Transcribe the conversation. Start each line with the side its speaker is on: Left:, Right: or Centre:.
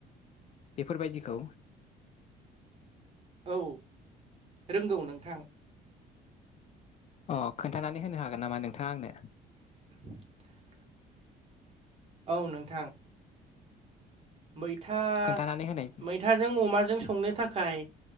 Left: बेफोर बायदिखौ
Right: औ रोंगौ नोंथां।
Left: अ खोन्थानानै होनो हागोन नामा नोंथाङा आंनो।
Right: <inaudible> औ नोंथां। मैथा
Left: खोन्थानानै होनाय
Right: मैथाजों अमाजों संनो थाखाय।